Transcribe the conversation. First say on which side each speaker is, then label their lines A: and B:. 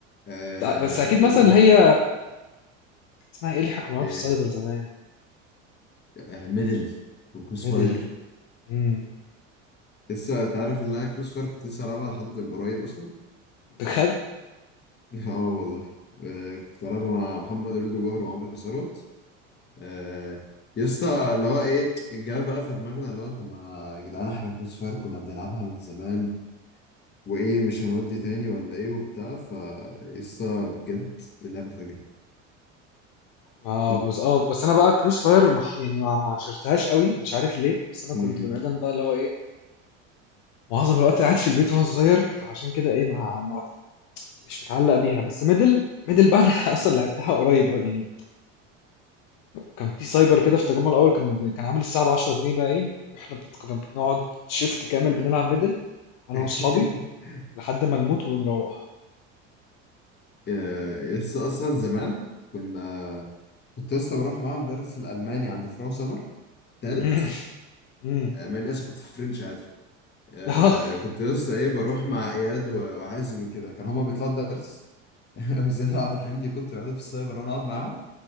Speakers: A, on the left; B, on the left.
A: آه
B: بس بس اكيد
A: ويك
B: مثلا اللي هي اسمها ايه اللي احنا كنا بنلعبها
A: ايه
B: في السايبر زمان
A: آه ميدل وكروس
B: ميدل
A: فاير
B: امم
A: لسه تعرف ان انا كروس فاير كنت لسه هلعبها لحد قريب اصلا
B: بجد
A: <laughs> اه والله آه، كنت بلعب مع محمد وليد وجوهر وعمرو ثروت آه، يا اسطى اللي هو ايه الجواب بقى في دماغنا اللي هو طب ما يا جدعان احنا كروس فاير كنا بنلعبها من زمان وايه مش هنودي تاني ولا ايه وبتاع ف يا اسطى بجد اللعبه فجره
B: اه
A: انت-
B: بس اه بس انا بقى كروس فاير ما- يعني ما ما عشرتهاش قوي مش عارف ليه بس انا
A: مم.
B: كنت بني ادم بقى اللي هو ايه معظم الوقت قاعد في البيت وانا صغير فعشان كده ايه ما ما- مش متعلق بيها بس ميدل ميدل بقى انا <laughs> اصلا لعبتها قريب اه يعني كان في سايبر كده في التجمع الاول كان كان عامل الساعه ب 10 جنيه بقى ايه احنا بن- كنا بنقعد شيفت كامل بنلعب ميدل انا
A: <laughs>
B: واصحابي لحد ما نموت وبنروح
A: آه، يا اسطى اصلا زمان كنا كنت لسه بروح معاهم درس الالماني عند فراو سمر تالت
B: <laughs> امم
A: آه، مع اني اصلا كنت في فرنش عادي آه
B: اه
A: كنت لسه ايه بروح مع اياد و- وحازم وكده كان هما بيطلعوا درس <laughs> وزياد وعبد الحميد يكونوا يقعدوا في السايبر وانا اقعد معاهم